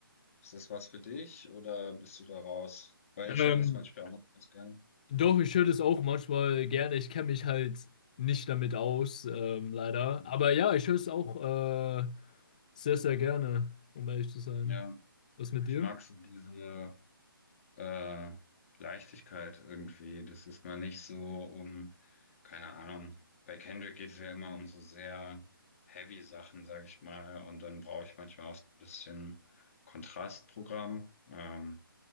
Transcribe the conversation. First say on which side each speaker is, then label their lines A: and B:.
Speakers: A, on the left; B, on the left.
A: ist das was für dich oder bist du da raus? Weil
B: Ähm,
A: ich höre das manchmal auch ganz gerne.
B: doch, ich höre das auch manchmal gerne. Ich kenne mich halt nicht damit aus, ähm, leider.
A: Mhm.
B: Aber ja, ich höre es auch äh, sehr, sehr gerne, um ehrlich zu sein.
A: Ja,
B: Was mit
A: ich
B: dir?
A: mag so diese. äh, Leichtigkeit irgendwie. Das ist mal nicht so um, keine Ahnung. Bei Kendrick geht es ja immer um so sehr heavy Sachen, sag ich mal. Und dann brauche ich manchmal auch so ein bisschen Kontrastprogramm. Ähm,